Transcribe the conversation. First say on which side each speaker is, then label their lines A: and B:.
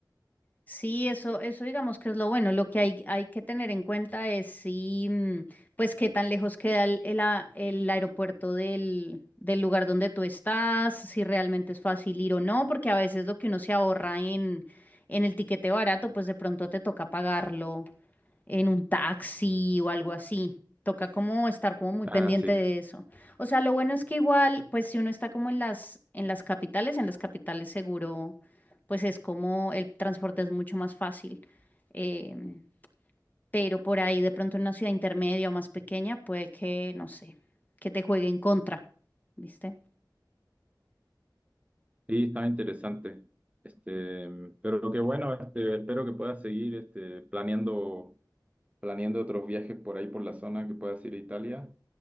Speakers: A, on the left; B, on the right.
A: Sí, eso, eso digamos que es lo bueno. Lo que hay, hay que tener en cuenta es si, mm, pues, qué tan lejos queda el, el a- el aeropuerto del, del lugar donde tú estás, si realmente es fácil ir o no, porque a veces lo que uno se ahorra en, en el tiquete barato, pues de pronto te toca pagarlo en un taxi o algo así. Toca como estar como muy
B: Ah,
A: pendiente
B: sí,
A: de eso. O sea, lo bueno es que igual, pues si uno está como en las, en las capitales, en las capitales seguro, pues es como el transporte es mucho más fácil. Em, pero por ahí de pronto en una ciudad intermedia o más pequeña, puede que, no sé, que te juegue en contra, ¿viste?
B: sí, estaba interesante. Este, pero qué bueno, este, espero que puedas seguir este, planeando, planeando otros viajes por ahí por la zona, que puedas ir a Italia.